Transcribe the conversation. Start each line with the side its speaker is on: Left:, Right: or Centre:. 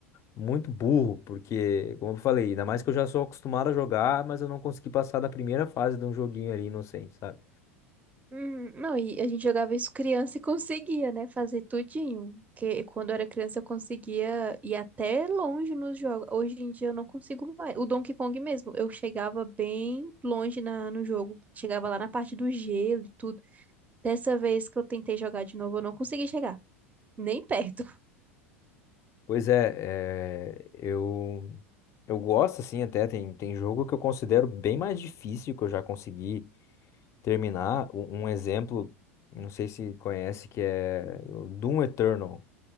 Left: muito burro porque, como eu falei, ainda mais que eu já sou acostumado a jogar, mas eu não consegui passar da primeira fase de um joguinho ali inocente, sabe?
Right: Hum, não, e a gente jogava isso criança e conseguia, né, fazer tudinho. Porque quando eu era criança eu conseguia ir até longe nos jogos. Hoje em dia eu não consigo mais. O Donkey Kong mesmo, eu chegava bem longe na, no jogo. Chegava lá na parte do gelo e tudo. Dessa vez que eu tentei jogar de novo, eu não consegui chegar. Nem perto.
Left: Pois é, é, eu eu gosto assim até tem tem jogo que eu considero bem mais difícil que eu já consegui. terminar, um, um exemplo, não sei se conhece, que é o Doom Eternal,